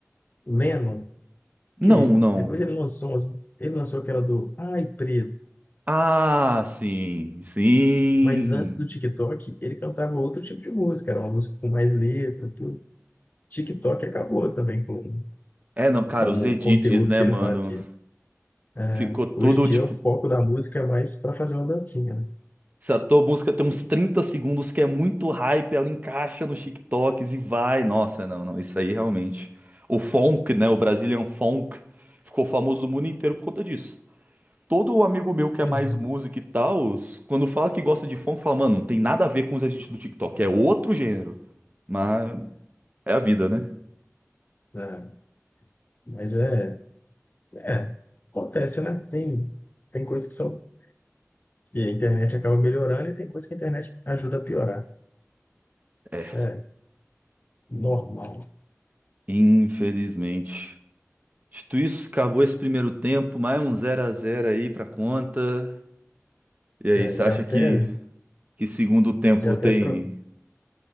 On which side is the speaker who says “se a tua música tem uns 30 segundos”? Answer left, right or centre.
Right